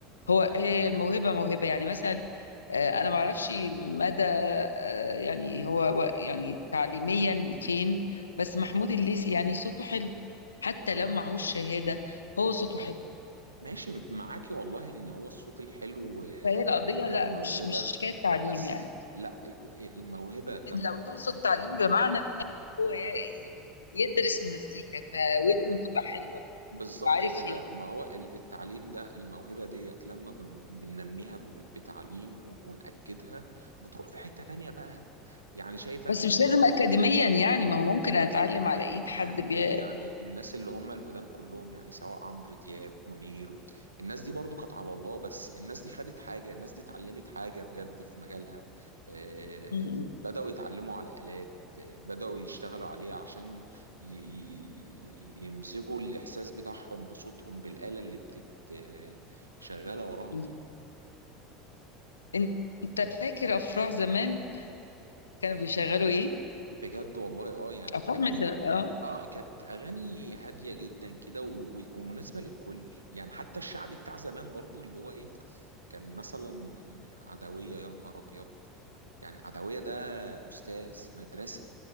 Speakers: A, on the left; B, on the right.
A: هو هي الموهبه موهبه يعني مثلا آه، انا ما اعرفش مدى آه، يعني هو هو يعني تعليميا فين بس محمود الليثي يعني صوته حلو حتى لو معهوش شهاده هو صوته حلو
B: ماشي معاكي والله ان هو الصوت الحلو آه،
A: فهي القضيه
B: والموهبة
A: لا مش مش حكايه تعليم
B: بس
A: يعني
B: لا الموهبة لما
A: لو
B: بن...
A: تقصد تعليم بمعنى هو ي- يدرس مزيكا فودنه تبقى حلوه
B: بالظبط
A: وعارف
B: كده
A: ي...
B: ما هو ال- التعليم ده الموهبة ديت لما بن... بننميها ب- بتعليم و- ونأكدها بتروح في حتة تانية بقى يعني شايفة انت
A: بس مش لازم اكاديميا يعني ما هو ممكن اتعلم على ايد
B: فاهمك
A: حد بي...
B: يعني الناس اللي هم القدام كلهم يعني سواء عمرو دياب منير و... الناس دي برضو كانت على الله بس الناس دي خدت حاجة الناس دي اتعلمت حاجة بجد في مجالها آه،
A: م-
B: بدأوا يتعلموا على آلات آه، بدأوا يشتغلوا عليها عشان ي... ي... ي- يمزجوا الإحساس بتاعهم بصوتهم بالآلة اللي بتت آه، شغالة وراهم
A: م-
B: دي
A: م. انت فاكر افراح زمان كانوا بيشغلوا ايه
B: بجد والله اه يعني
A: افراح
B: كان
A: من زمان اه
B: اه كانت اغاني هاديه جدا كده و- و- ومناسبه للكل يعني حتى الشعب بتاع زمان برضو اللي هو ايه كان مثلا عدويه يا نهار ابيض يعني عدويه ده استاذ مدرسه